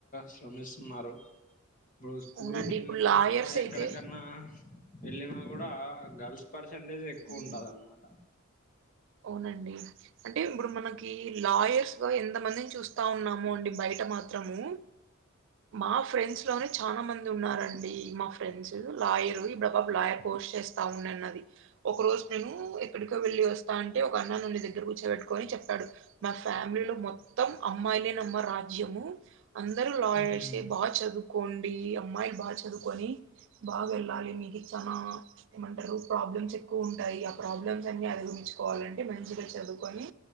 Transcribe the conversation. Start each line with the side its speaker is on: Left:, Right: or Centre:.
Left: శ్రమిస్తున్నారు ఇప్పుడు స్కూల్
Right: అవునండి
Left: కెళ్ళిన
Right: ఇప్పుడు లాయర్స్
Left: ఎక్కడకన్నా
Right: అయితే
Left: వెళ్ళిన గుడా గర్ల్స్ పర్సంటేజ్ ఎక్కువ
Right: ఉమ్,
Left: ఉంటదన్నమాట
Right: అవునండి అంటే ఇప్పుడు మనకి కి లాయర్స్ లో ఎంత మందిని చూస్తా ఉన్నాము అండి బయట మాత్రము మా ఫ్రెండ్స్ లోనే చాలా మంది ఉన్నారండి మా ఫ్రెండ్స్ లాయర్ ఇప్పు ఆ బాబు లాయర్ కోర్స్ చేస్తా ఉన్నాన్నది ఒక రోజు నేను ఎక్కడికో వెల్లీ వస్తాంటే ఒక అన్న నన్ను దగ్గర కూర్చోబెట్టుకొని చెప్పాడు మా ఫ్యామిలీ లో మొత్తం అమ్మాయి లేనమ్మ రాజ్యము అందరు లా
Left: హ్మ్
Right: చెసి బా చదువుకోండి అమ్మాయిలు బాగా చదువుకొని బాగా వెళ్ళాలి మీకిచ్చానా ఏమంటారు ప్రాబ్లమ్స్ ఏక్ క్కువ ఉంటాయి ఆ ప్రాబ్లమ్స్ అన్ని అధిగమించుకోవాలంటే మంచిగా చదువుకొని